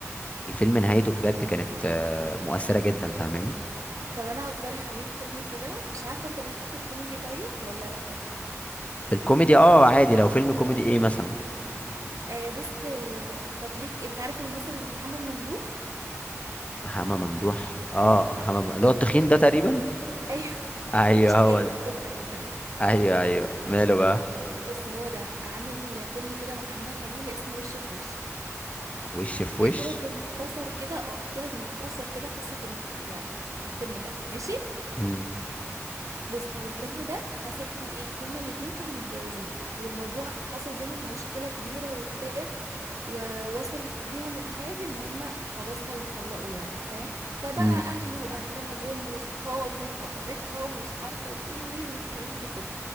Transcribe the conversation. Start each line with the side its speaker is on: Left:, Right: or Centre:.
Left: الفيلم نهايته بجد كانت آه، مؤثرة جدا فاهماني
Right: طب انا هقترح عليك فيلم كده مش عارفة انت ليك في الكوميدي طيب ولا لا
Left: في الكوميدي اه عادي لو فيلم كوميدي ايه مثلا
Right: آه بص آه، طب ليك انت عارف الممثل محمد ممدوح
Left: محمد ممدوح اه محمد
Right: ايوه
Left: مم- اللي هو التخين ده تقريبا
Right: أيوة. <laughs> ايوه
Left: ايوه
Right: ما قلتش كده
Left: هو ده
Right: قلت كده
Left: ايوه ايوه ماله بقى
Right: بص هو ده عامل فيلم كده مع أمينة خليل اسمه وش في وش
Left: وش في
Right: هحكي
Left: وش
Right: لك بالمختصر كده اه هحكي لك بالمختصر كده قصة ال- الفيلم ده ماشي
Left: مم.
Right: بص هو الفيلم ده حصل فيه ايه هما الاتنين كانوا متجوزين والموضوع حصل بينهم مشكلة كبيرة وبتاع ووصلت بيهم الحال ان هما خلاص هيتطلقوا يعني فاهم فبقى
Left: مم.
Right: اهله واهلها جم وصحابه وصاحبتها ومش عارفه وايه وايه والكلام ده كله